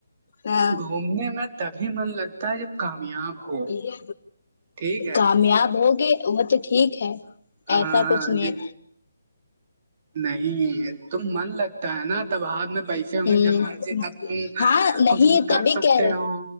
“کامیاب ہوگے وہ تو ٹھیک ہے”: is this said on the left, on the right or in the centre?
Left